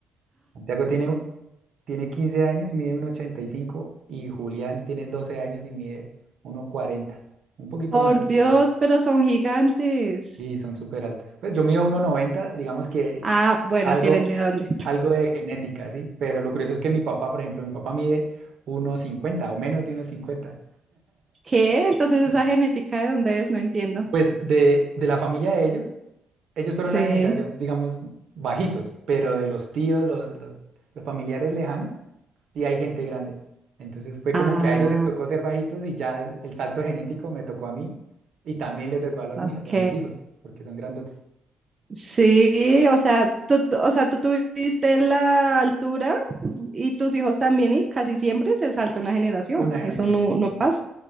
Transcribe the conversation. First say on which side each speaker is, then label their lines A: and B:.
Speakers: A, on the right (about 65°); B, on the right (about 25°).
A: Santiago tiene, tiene 15 años, mide 1,85 y cinco y Julián tiene 12 años y mide 1,40. Un poquito
B: Por
A: más, yo
B: Dios,
A: creo ya.
B: pero son gigantes.
A: Y son súper altos. Pues yo mido 1,90, digamos que
B: Ah, bueno,
A: algo,
B: tienen de dónde.
A: algo de genética, ¿sí? Pero lo curioso es que mi papá, por ejemplo, mi papá mide 1,50 o menos de 1,50.
B: ¿Qué? Entonces
A: <laughs>
B: esa genética de dónde es, no entiendo.
A: Pues de, de la familia de ellos, ellos fueron
B: Sí.
A: la generación, digamos, bajitos, pero de los tíos, los, los, los familiares lejanos, sí hay gente grande. Entonces fue
B: Ah,
A: como que a ellos les tocó ser bajitos y ya el, salto genético me tocó a mí y también le tocó a los
B: ok.
A: míos, a mis hijos, porque son grandotes.
B: Sí, o sea, tú, tú- o sea, tú tuviste la altura y tus hijos también y casi siempre se salta una generación.
A: Una generación,
B: Eso no, no
A: sí,
B: pasa.